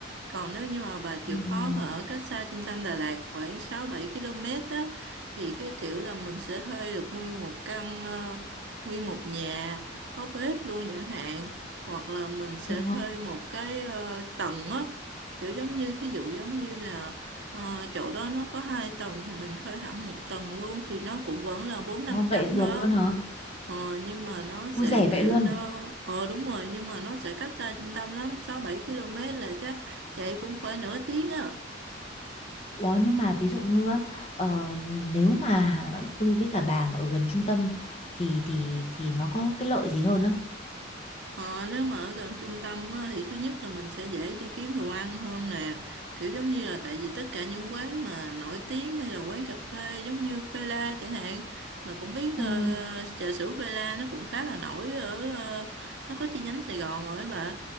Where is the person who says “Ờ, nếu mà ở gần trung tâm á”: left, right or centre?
Right